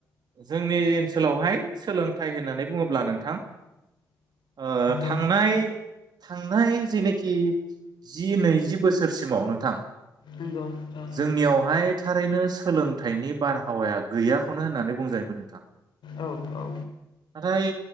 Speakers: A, on the right; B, on the left.
A: जोंनि ओनसोलावहाय सोलोंथाइ होननानै बुङोब्ला नोंथां ओ थांनाय
B: औ
A: थांनाय जेनोखि जि नैजि बोसोरसिमाव नोंथां
B: नंगौ औ
A: जोंनियावहाय थारैनो सोलों -थाइनि बारहावाया गैयाखौनो होननानै बुंजायोमोन नोंथां
B: औ औ
A: नाथाय